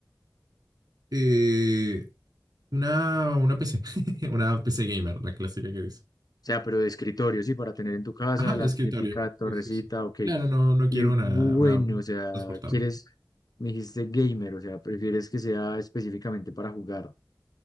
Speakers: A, on the right (about 60°); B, on the left (about 60°).
A: Eh, una, una PC, <laughs> una PC gamer, la clásica que dice.
B: O sea, pero de escritorio, sí, para tener en tu casa
A: Ajá, de
B: la
A: escritorio.
B: típica torrecita,
A: Sí, sí, sí.
B: ok.
A: Claro, no, no
B: Y
A: quiero
B: bueno,
A: una, una
B: o sea,
A: transportable.
B: quieres, me dijiste gamer, o sea, prefieres que sea específicamente para jugar.